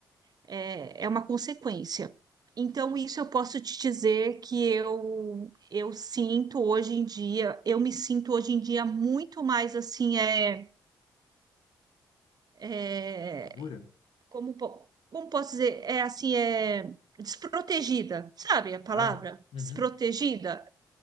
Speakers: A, on the right; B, on the left.
A: é, é uma consequência. Então, isso eu posso te dizer que eu, eu sinto hoje em dia, eu me sinto hoje em dia muito mais assim, é, é,
B: Segura?
A: como, po- como posso dizer, é assim, é desprotegida, sabe a palavra?
B: Ah, uhum.
A: Desprotegida